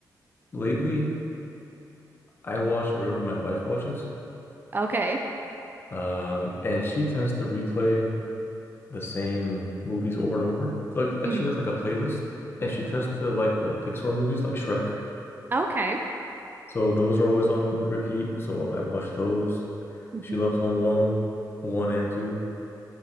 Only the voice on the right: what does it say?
Okay.
hmm
Okay.
hmm